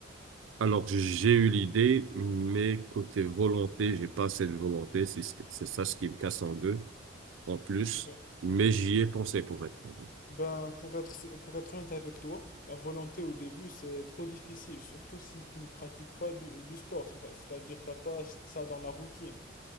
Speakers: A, on the right; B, on the left.
A: Alors, j'ai eu l'idée, mais côté volonté, j'ai pas assez de volonté, c'est c'est ça
B: Ok.
A: ce qui me casse en deux, en plus,
B: Ouais.
A: mais
B: Ouais.
A: j'y ai pensé pour être honnête.
B: Ben, pour être, pour être honnête avec toi, la volonté au début, c'est trop difficile, surtout si tu ne pratiques pas du, du sport, c'est- c'est-à-dire t'as pas ça dans la routine.